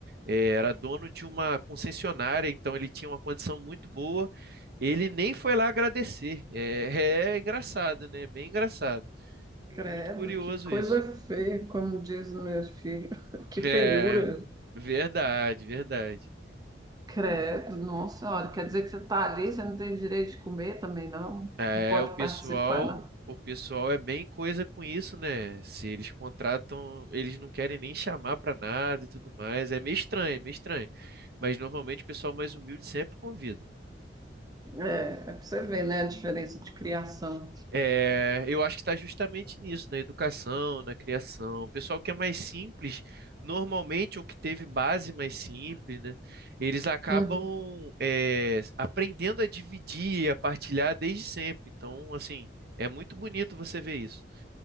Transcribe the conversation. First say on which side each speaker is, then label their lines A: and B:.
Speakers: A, on the right; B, on the right.
A: é, era dono de uma concessionária, então ele tinha uma condição muito boa. Ele nem foi lá agradecer. É, é engraçado, né? Bem engraçado.
B: Credo,
A: Muito curioso
B: que coisa
A: isso.
B: feia, como diz meu filho. <laughs> Que
A: É,
B: feiura.
A: verdade, verdade.
B: Credo, nossa, olha, quer dizer que você está ali, você não tem direito de comer também, não?
A: É,
B: Não pode
A: o pessoal,
B: participar, não.
A: o pessoal é bem coisa com isso, né? Se eles contratam, eles não querem nem chamar pra nada e tudo mais. É meio estranho, é meio estranho. Mas normalmente o pessoal mais humilde sempre convida.
B: É, é para você ver, né, a diferença de criação.
A: É, eu acho que está justamente nisso, na educação, na criação. O pessoal que é mais simples, normalmente, ou que teve base mais simples, né? Eles acabam,
B: Hum,
A: é, aprendendo a dividir, a partilhar desde sempre. Então, assim, é muito bonito você ver isso.